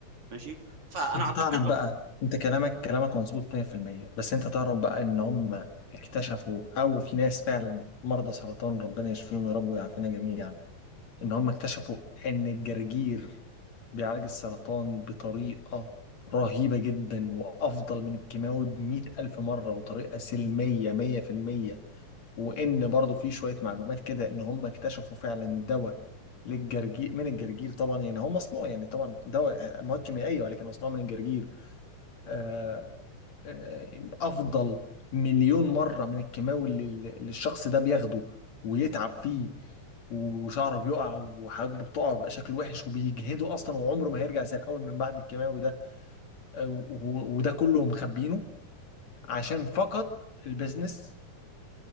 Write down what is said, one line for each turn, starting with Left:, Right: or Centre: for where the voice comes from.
Right: ماشي فانا
Left: انت
Right: اعتقد
Left: تعرف بقى انت كلامك كلامك مظبوط 100% بس انت تعرف بقى ان هم اكتشفوا او في ناس فعلا مرضى سرطان ربنا يشفيهم يا رب ويعافينا جميعا ان هم اكتشفوا ان الجرجير بيعالج السرطان بطريقة رهيبة جدا وأفضل من الكيماوي بمئة ألف مرة وطريقة سلمية مية في المية وإن برضو في شوية معلومات كده إن هم اكتشفوا فعلا دواء للجرجير من الجرجير طبعا يعني هو مصنوع يعني طبعا دواء مواد كيميائية ولكن مصنوع من الجرجير آه، آه، أفضل مليون مرة من الكيماوي اللي اللي الشخص ده بياخده ويتعب فيه وشعره بيقع وحاجبه بتقع وبيبقى شكله وحش وبيجهده اصلا وعمره ما هيرجع زي الاول من بعد الكيماوي ده آه، و- وده كله مخبينه عشان فقط البيزنس